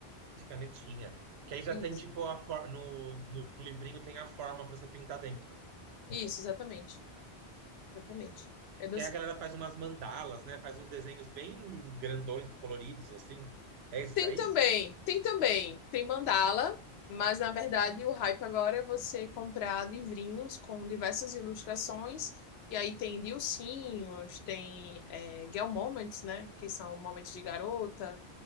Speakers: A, on the right; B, on the left.
A: de canetinha. Que aí já
B: Isso,
A: tem tipo a for- no, no livrinho tem a forma pra você pintar dentro.
B: isso, exatamente. Exatamente. Eu não
A: Que aí a galera faz umas mandalas, né? Faz uns desenhos bem grandões, coloridos assim. É esse
B: Tem
A: daí?
B: também, tem também, tem mandala, mas na verdade o hype agora é você comprar livrinhos com diversas ilustrações, e aí tem Dilcinhos, tem é, Girl Moments, né? Que são momentos de garota,